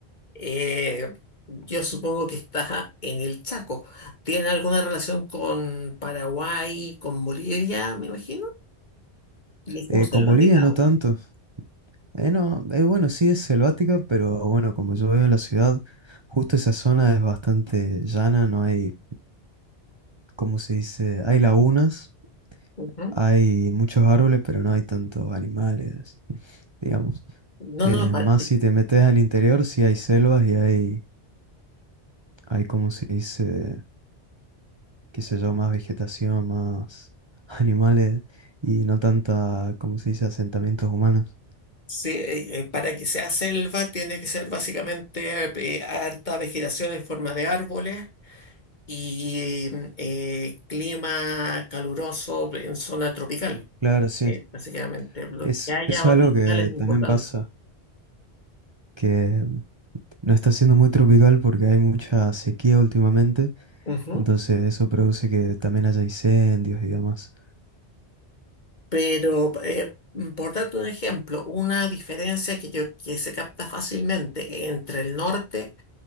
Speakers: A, on the left (about 45°); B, on the right (about 30°).
A: eh, yo supongo que está en el Chaco. ¿Tiene alguna relación con Paraguay, con Bolivia, me imagino? Y es como
B: Eh,
A: selvática,
B: con Bolivia no
A: ¿o
B: tanto. Eh, no, eh, bueno, sí es selvática, pero bueno, como yo veo en la ciudad, justo esa zona es bastante llana, no hay, ¿cómo se dice? Hay lagunas,
A: no? Ujú.
B: hay muchos árboles, pero no hay tantos animales, digamos.
A: No,
B: Eh,
A: no, para,
B: más si te metes al interior, sí hay selvas y hay, hay, ¿cómo se dice? qué sé yo, más vegetación, más <laughs> animales y no tanta, ¿cómo se dice? asentamientos humanos.
A: sí, eh, eh, para que sea selva tiene que ser básicamente eh, harta vegetación en forma de árboles y mm, eh, clima caluroso en zona tropical.
B: Claro, sí.
A: eh, básicamente, lo
B: Es,
A: que haya
B: eso
A: o
B: es
A: no
B: algo que
A: es importante.
B: también pasa. que No está siendo muy tropical porque hay mucha sequía últimamente,
A: Ujú.
B: entonces eso produce que también haya incendios y demás.
A: Pero, eh, mm, por darte un ejemplo, una diferencia que, yo, que se capta fácilmente entre el norte